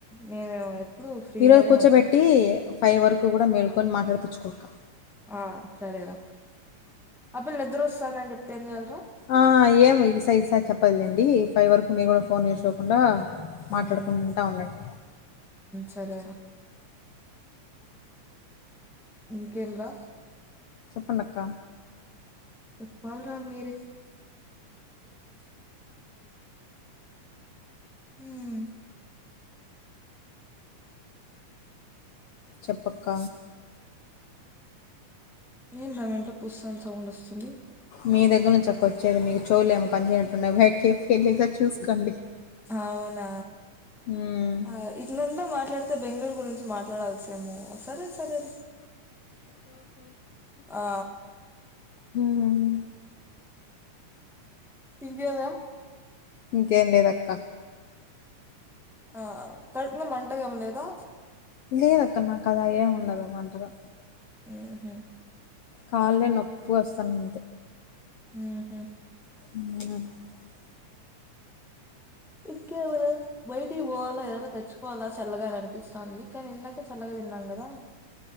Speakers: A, in the centre; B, on the left (about 80°).
A: నేను ఎప్పుడు ఫ్రీగానే
B: ఈరోజు కూర్చోబెట్టి
A: ఉంటా
B: ఫైవ్ వరకు కూడా మేల్కొని మాట్లాడిపచ్చుకుంటా
A: ఆ సరేరా ఆ పిల్ల నిద్ర వస్తోంది అని చెప్తే ఏం చేయాలిరా
B: ఆ ఏం ఈస ఇస చెప్పదు లేండి పై వరకు మీరు కూడా ఫోన్ చేసుకోకుండా మాట్లాడుకుంటా
A: ఉమ్
B: ఉండండి
A: సరే రా ఇంకేంరా
B: చెప్పండక్క
A: చెప్పరా మీరే హ్మ్
B: చెప్పక్క
A: ఏంది రా మీ ఇంట్లో పుస్సని సౌండ్ వస్తుంది
B: మీ దగ్గర నుంచి అక్క వచ్చేది మీది చోవులు ఏమైనా పని చేయనట్టుండయిప్ప వెళ్ళిసారి చూసుకోండి
A: అవునా
B: ఉమ్
A: ఆ ఇట్లుంటె మా ట్లాడితే బెంగళూరు గురించి మాట్లాడాల్స ఏమో సరే సరేలే ఆ
B: హ్మ్
A: ఇంకేమ
B: ఇంకేం లేదక్క
A: ఆ కడుపులో మంటగా ఏం లేదా
B: లేదు అక్క నాక్ అలా ఏమి ఉండదు మంటగా
A: ఉహ్మ్
B: కళ్ళే నొప్పి వస్తది
A: ఉహ్మ్
B: హ
A: ఇ <unintelligible> <inaudible> ఎవరు బయటికి పోవలో ఎదరు తెచ్చుకోవాలా చల్లగా అని అనిపిస్తుంది కానీ ఇందాక చల్లగా తిన్నాను కదా <unintelligible> <inaudible>